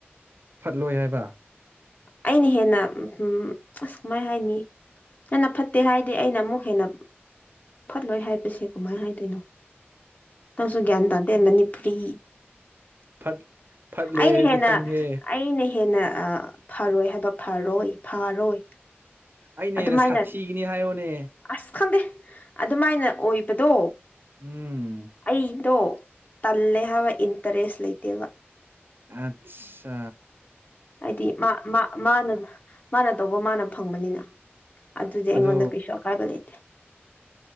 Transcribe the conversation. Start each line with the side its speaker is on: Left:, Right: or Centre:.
Right: ꯐꯠꯂꯣꯏ ꯍꯥꯏꯕ
Left: ꯑꯩꯅ ꯍꯦꯟꯅ ꯎꯝ ꯑꯁ ꯀꯃꯥꯏ ꯍꯥꯏꯅꯤ ꯅꯪꯅ ꯐꯠ ꯐꯠꯇꯦ ꯍꯥꯏꯗꯤ ꯑꯩꯅ ꯑꯃꯨꯛ ꯍꯦꯟꯅ ꯐꯠꯂꯣꯏ ꯍꯥꯏꯕꯁꯦ ꯀꯃꯥꯏꯟ ꯍꯥꯏꯗꯣꯏꯅꯣ ꯅꯪꯁꯨ ꯒ꯭ꯌꯥꯟ ꯇꯥꯗꯦ ꯃꯅꯤꯄꯨꯔꯤ
Right: ꯐꯠ ꯐꯠꯂꯣꯏ
Left: ꯑꯩꯅ
Right: ꯍꯥꯏꯕꯗꯤ
Left: ꯍꯦꯟꯅ
Right: ꯈꯪꯗꯦ
Left: ꯑꯩꯅ ꯍꯦꯟꯅ ꯐꯔꯣꯏ ꯍꯥꯏꯕ ꯐꯔꯣꯏ ꯐꯔꯣꯏ
Right: ꯑꯩꯅ
Left: ꯑꯗꯨꯃꯥꯏꯅ
Right: ꯍꯦꯟꯅ ꯁꯥꯊꯤꯒꯅꯤ ꯍꯥꯏꯌꯣꯅꯦ
Left: ꯑꯁ ꯈꯪꯗꯦ ꯑꯗꯨꯃꯥꯏꯅ ꯑꯣꯏꯕꯗꯣ
Right: ꯎꯝ
Left: ꯑꯩꯗꯣ ꯇꯜꯂꯦ ꯍꯥꯏꯕ ꯏꯟꯇꯔꯦꯁ ꯂꯩꯇꯦꯕ
Right: ꯑꯆꯥ
Left: ꯍꯥꯏꯗꯤ ꯃꯥ ꯃꯥ ꯃꯥꯅ ꯃꯥꯅ ꯇꯧꯕ ꯃꯥꯅ ꯐꯪꯕꯅꯤꯅ ꯑꯗꯨꯗꯤ ꯑꯩꯉꯣꯟꯗ
Right: ꯑꯗꯨ
Left: ꯀꯩꯁꯨ ꯑꯀꯥꯏꯕ ꯂꯩꯇꯦ